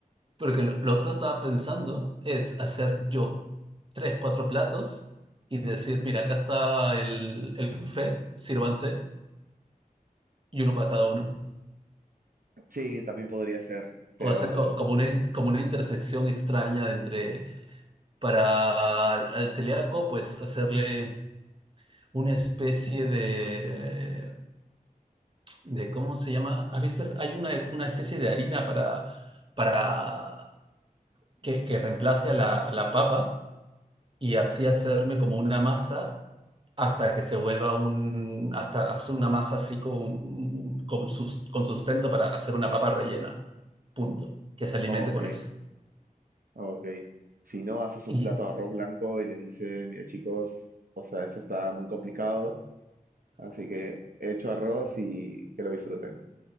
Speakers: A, on the right (about 35°); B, on the right (about 75°).
A: Porque lo, lo otro estaba pensando es hacer yo tres, cuatro platos y decir, mira, acá está el, el buffet, sírvanse, y uno para cada uno.
B: Sí, también podría ser, pero,
A: O hacer co- como una, como una intersección extraña entre para al celíaco, pues hacerle una especie de, de ¿cómo se llama? ¿Has visto? Hay una, una especie de harina para, para que, que reemplace a la, a la papa y así hacerme como una masa hasta que se vuelva un, hasta hacer una masa así con, con, sus, con sustento para hacer una papa rellena, punto, que se alimente
B: ok,
A: con eso.
B: ok. Si no, haces un
A: Y
B: plato de arroz blanco y les dices, mira chicos, o sea, esto está muy complicado, así que he hecho arroz y que lo disfruten.